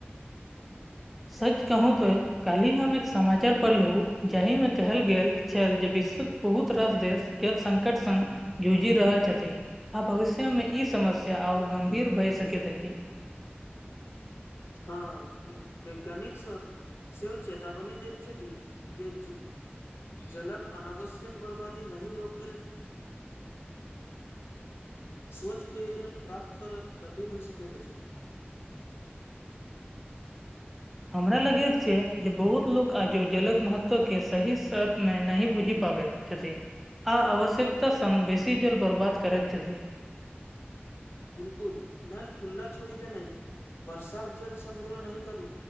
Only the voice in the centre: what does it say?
सच कहू तो काल्हि हम एक समाचार पढ़लहु जाहिमे कहल गेल छल जे विश्व। बहुत रास देश जल संकट संघ जूझि रहल छथि आ भविष्य मे ई समस्या ओर गंभीर भए सक अछि
हमरा लगैत छै जे बहुत लोक आजो जलकऽ महत्त्व के सही शर्तमे नहि बुझि पाबैत छथिन आ आवश्यकता संघ बेसी जल बर्बाद कर छथि